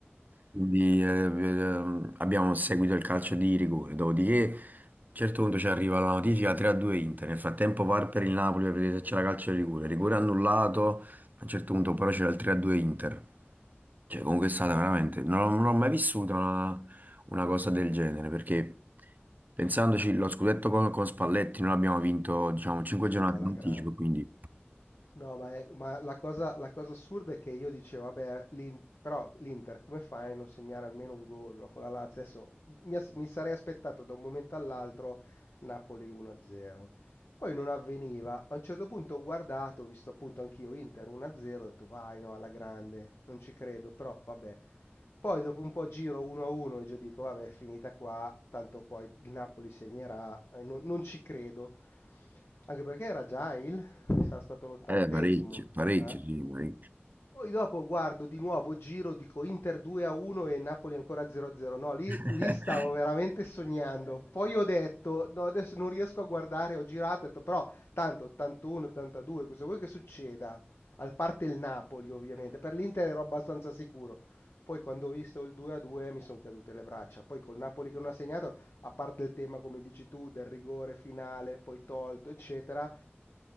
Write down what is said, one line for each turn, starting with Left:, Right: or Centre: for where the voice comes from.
Right: quindi eh, eh, abbiamo seguito il calcio di rigore. Dopodiché a un certo punto ci arriva la notifica 3-2 Inter. Nel frattempo VAR per il Napoli per vedere se c'era calcio di rigore. Rigore annullato, a un certo punto però c'era il 3-2 Inter. Cioè, comunque è stata veramente. Non, non ho mai vissuto una, una cosa del genere perché pensandoci, lo scudetto con, con Spalletti noi l'abbiamo vinto, diciamo, 5
Left: Sì,
Right: giornate
Left: alla
Right: in anticipo,
Left: grande.
Right: quindi
Left: No, ma, è- ma la cosa, la cosa assurda è che io dicevo, vabbè, l'In- però l'Inter come fai a non segnare almeno un gol, no, Con la Lazio adesso mi, as- mi sarei aspettato da un momento all'altro Napoli 1-0. Poi non avveniva. A un certo punto ho guardato, ho visto appunto anch'io Inter 1-0, ho detto vai, no, alla grande, non ci credo, però vabbè. Poi dopo un po' giro 1-1 e già dico, vabbè, è finita qua, tanto poi il Napoli segnerà, eh, non, non ci credo. Anche perché era già il, sarà stato l'ottantesimo,
Right: eh, parecchio, parecchio,
Left: eh?
Right: sì, parecchio.
Left: Poi dopo guardo di nuovo, giro, dico Inter 2 a 1 e Napoli ancora 0 a 0. No, lì,
Right: <laughs>
Left: lì stavo veramente sognando. Poi ho detto, no, adesso non riesco a guardare, ho girato, ho detto, però tanto 81, 82, cosa vuoi che succeda? Al parte il Napoli, ovviamente. Per l'Inter ero abbastanza sicuro. Poi quando ho visto il 2 a 2 mi sono cadute le braccia. Poi col Napoli che non ha segnato, a parte il tema, come dici tu, del rigore finale, poi tolto, eccetera.